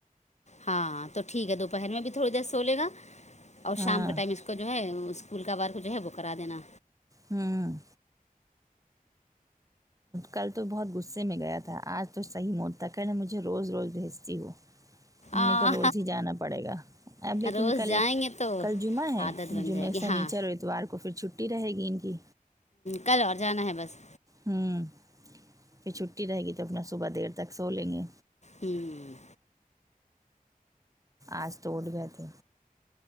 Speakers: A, on the left; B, on the right.
A: ہاں تو ٹھیک ہے دوپہر میں بھی تھوڑی دیر سو لے گا اور
B: ہاں
A: شام کا ٹائم اس اس کو جو ہے اسکول کا ورک جو ہے وہ کرا دینا
B: ہمم کل تو بہت غصے میں گیا تھا آج تو صحیح موڈ تھا کہہ رہا مجھے روز روز بھیجتی ہو ہم
A: آ
B: نے کا روز ہی جانا پڑے گا اب لیکن
A: روز
B: کل
A: جائیں گے تو
B: کل جمعہ ہے
A: عادت بن
B: جمعے
A: جائے گی
B: سے
A: ہاں
B: نیچے اتوار کو فر چھٹی رہے گی ان کی
A: کل اور جانا ہے بس
B: ہمم پھر چھٹی رہے گی تو اپنا صبح دیر تک سو لیں گے
A: ہمم
B: آج تو اٹھ گئے تھے